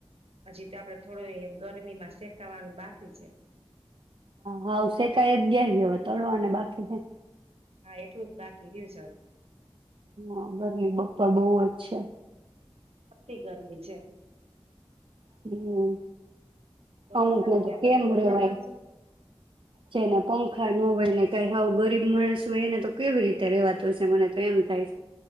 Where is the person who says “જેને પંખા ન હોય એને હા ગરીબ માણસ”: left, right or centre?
Right